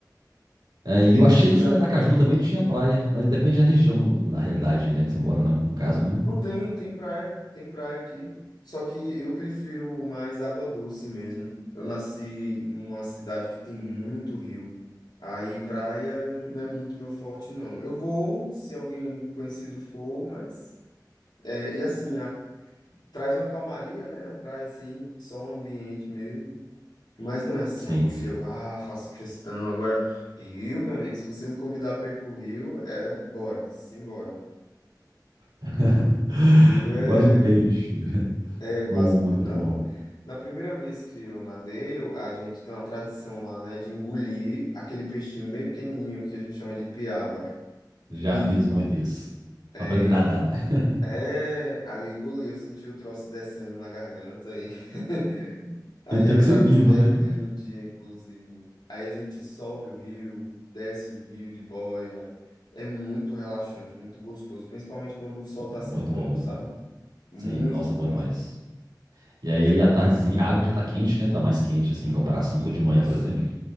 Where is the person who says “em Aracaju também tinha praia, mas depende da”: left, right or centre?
Right